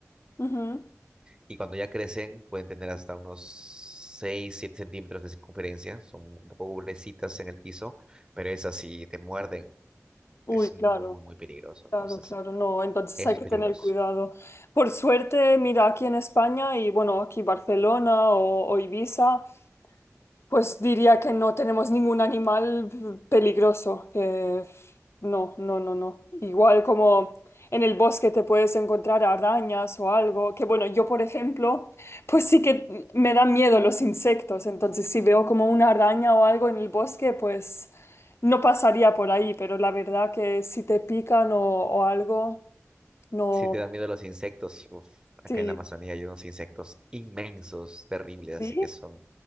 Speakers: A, on the left; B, on the right.
A: ujú.
B: Y cuando ya crecen, pueden tener hasta unos 6 7 centímetros de circunferencia. Son un poco gruesitas en el piso, pero esas si te muerden.
A: Uy,
B: Es muy,
A: claro,
B: muy peligroso. Entonces,
A: claro, claro. No, entonces
B: eso
A: hay
B: es
A: que
B: peligroso.
A: tener cuidado. Por suerte, mira, aquí en España y bueno, aquí Barcelona o, o Ibiza. Pues diría que no tenemos ningún animal peligroso, que no, no, no, no. Igual como en el bosque te puedes encontrar arañas o algo, que bueno, yo por ejemplo, pues sí que me dan miedo los insectos, entonces si veo como una araña o algo en el bosque, pues no pasaría por ahí, pero la verdad que si te pican o, o algo, no,
B: Si te da miedo los insectos, uf, acá
A: sí,
B: en la Amazonía hay unos insectos inmensos, terribles, así
A: sí,
B: que son